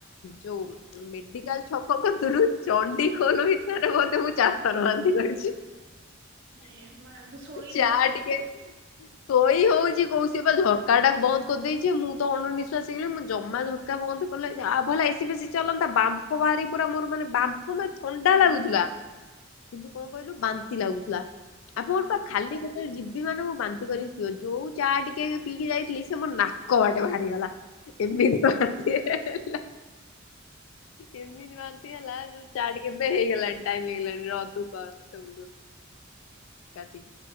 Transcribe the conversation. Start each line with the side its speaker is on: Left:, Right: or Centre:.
Left: ଯୋଉ ମେଡିକାଲ ଛକ କତରୁ ଚଣ୍ଡିଖୋଲ ଭିତରେ ବୋଧେ ମୁଁ ଚାରି ଥର ବାନ୍ତି କରିଚି। <inaudible>
Right: ଏ ମା ତୁ ସୋଇ
Left: ଯା ଟିକେ। ଶୋଇ ହଉଛି କୋଉ ସେ ବା ଝରକା ଟା ବନ୍ଦ କରିଦେଇଛି। ମୁଁ, ତ ଅଣନିଃଶ୍ବାସୀ ହେଇଗଲି। ମୁଁ ଜମାର କ କହ ଆଉ ଭଲ ଏସି ବେଶି ଚଲନ୍ତା ବାମ୍ପ ବାହାରି ପୁରା ମୋର ମାନେ ବାମ୍। ଥଣ୍ଡା
Right: ହୁଁ
Left: ଲାଗୁଥିଲା କିନ୍ତୁ କଣ କହିଲୁ ବାନ୍ତି ଲାଗୁଥିଲା ଆପଣଙ୍କର
Right: ହଁ
Left: ପା କାଲି ଗୋଟେ ଜିବି ମାନଙ୍କୁ ବାନ୍ଧିକ କରିକି ପିଅ ଯୋଉ ଚା ଟିକେ ପିଇି ଯାଇଥିଲି ସେ ମୋ ନାକ ବାଟେ ବାହାରିଗଲା। ଏମିତି ବାନ୍ତି ହେଲା ଏମିତି ବାନ୍ତି ହେଲା ଜ ଚା ଟିକେ ପିଇବା ହେଇଗଲାଣି ଟାଇମ୍ ହେଇଗଲାଣି <unintelligible> କାଟିକି।